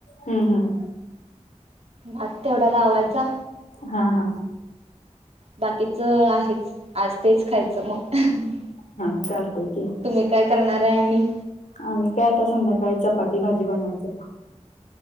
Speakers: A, on the left; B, on the right.
A: हुं हुं.
B: भातं तेवढा लावायाचा
A: हा हा
B: बाकीच आहेच आज तेच खायचं मग <unintelligible>
A: हां चालतंय की.
B: तुम्ही काय करणारयं आणि?
A: आम्ही काय आता संध्याकाळी चपाती भाजी बनवायचं काम